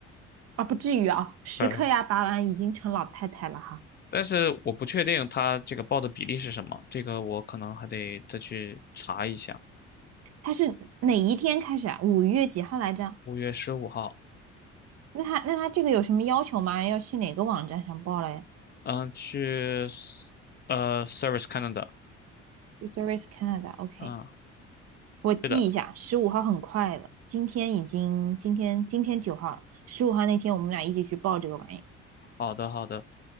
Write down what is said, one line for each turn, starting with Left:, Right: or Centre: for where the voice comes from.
Right: 啊，不至于啊，十颗牙拔完已经成老太太了哈。
Left: <laughs> 但是我不确定他这个报的比例是什么，这个我可能还得再去查一下。
Right: 它是哪一天开始啊？五月几号来着？
Left: 五月十五号，
Right: 那它那它这个有什么要求吗？要去哪个网站上报嘞
Left: 嗯，去 s- 呃 Service Canada，
Right: r e s t o r c e Canada，OK，、
Left: 嗯，
Right: 我记一下，
Left: 是的，
Right: 十五号很快了，今天已经今天今天九号了，十五号那天我们俩一起去报这个玩意，
Left: 好的好的，